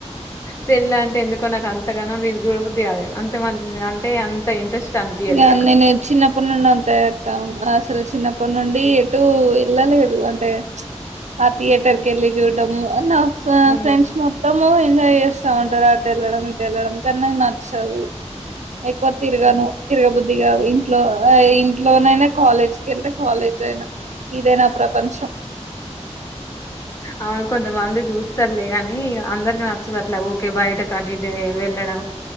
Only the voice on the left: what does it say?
సెల్ అంటే ఎందుకో నాకు అంతగనం చూడబుద్ది గాదు అంత అంటే అంత ఇంట్రెస్ట్ అనిపియదు
ఇక
ఉ
ఉమ్
అవును కొంతమంది జూస్తారులే కాని అందరికి నచ్చదు అట్ల ఇట్లా ఊకే బయట కటు ఇటు వెళ్ళడం